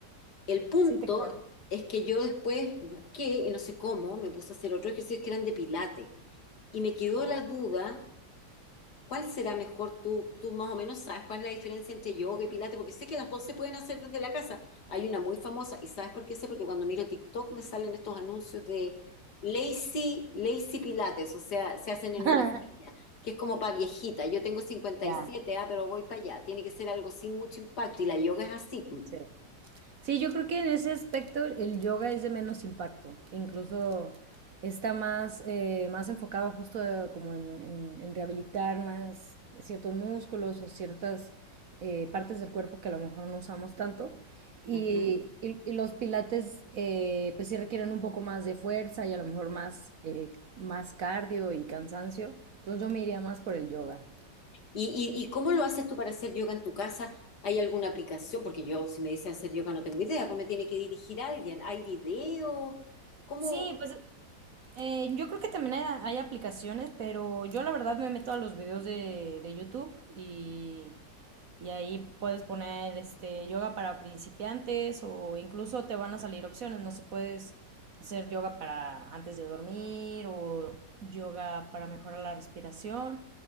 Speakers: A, on the left; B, on the right.
A: El punto
B: sí te creo.
A: es que yo después busqué, y no sé cómo, me puse a hacer otros ejercicios que eran de pilates, y me quedó
B: Oh.
A: la duda ¿Cuál será mejor? Tú, tú más o menos sabes cuál es la diferencia entre yoga y pilates, porque sé que las dos se pueden hacer desde la casa. Hay una muy famosa, y ¿sabes por qué sé? Porque cuando miro TikTok me salen estos anuncios de lazy, lazy pilates, o sea, se hacen en
B: <laughs>
A: una silla, que es como para viejita. Yo tengo cincuenta
B: Ya,
A: y siete ah, pero voy para allá. Tiene que ser algo sin mucho impacto, y la yoga es así.
B: sí. Sí, yo creo que en ese aspecto el yoga es de menos impacto, incluso está más, eh, más enfocado justo de- como en, en- en rehabilitar más ciertos músculos o ciertas eh, partes del cuerpo que a lo mejor no usamos tanto. Y,
A: Ujú.
B: y- y los pilates eh, pues sí requieren un poco más de fuerza y a lo mejor más, eh, más cardio y cansancio. Entonces yo me iría más por el yoga.
A: ¿Y, y, y cómo lo haces tú para hacer yoga en tu casa? ¿Hay alguna aplicación? Porque yo, si me dicen hacer yoga, no tengo idea, cómo me tiene que dirigir alguien. ¿Hay videos? ¿Cómo,
B: Sí, pues Eh, yo creo que también hay, hay aplicaciones, pero yo la verdad me meto a los videos de, de YouTube y, y ahí puedes poner este yoga para principiantes o incluso te van a salir opciones, no se puedes hacer yoga para antes de dormir o yoga para mejorar la respiración.